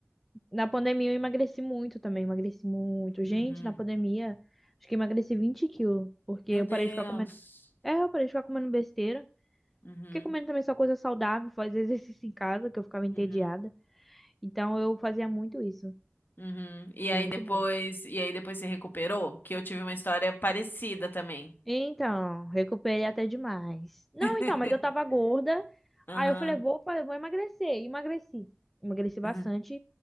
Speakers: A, in the centre; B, on the left.
A: na pandemia eu emagreci muito também. Emagreci muito. Gente,
B: Uhum.
A: na pandemia, acho que emagreci 20 quilos. Porque
B: Meu
A: eu
B: Deus.
A: parei de ficar comendo. É, eu parei de ficar comendo besteira.
B: Uhum.
A: Fiquei comendo também só coisa saudável, fazer exercício em casa, que eu ficava entediada.
B: Uhum.
A: Então eu fazia muito isso.
B: Uhum. E aí
A: É muito
B: depois,
A: bom.
B: e aí depois se recuperou, que eu tive uma história parecida também.
A: Então, recuperei até demais. Não,
B: <laughs>
A: então, mas eu tava gorda.
B: Aham.
A: Aí eu falei, vou, fa- vou emagrecer. E Emagreci. Emagreci bastante.
B: Uhum.